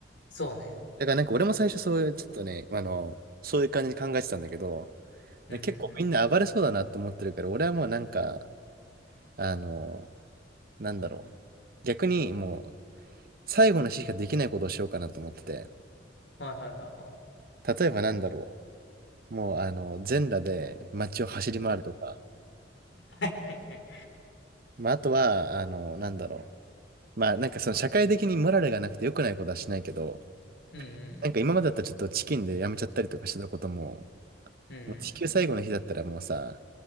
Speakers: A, on the left; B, on the right.
A: そうね。
B: だからなんか俺も最初そういう、ちょっとね、あの、そういう感じに考えてたんだけど、
A: うんうんうんうん。
B: なんか結構みんな暴れそうだなと思ってるから、俺はもうなんか、あの、なんだろう。逆にもう、最後の日しかできないことをしようかなと思ってて、
A: はいはいはいはい。
B: 例えばなんだろう。もうあの、全裸で街を走り回るとか、
A: はいはいはい。
B: まああとは、あの、なんだろう。まあなんかその社会的にモラルがなくて良くないことはしないけど、
A: うんうん
B: なんか今までだったらちょっとチキンでやめちゃったりとかしてたことも、
A: うんうん。
B: もう地球最後の日だったらもうさ、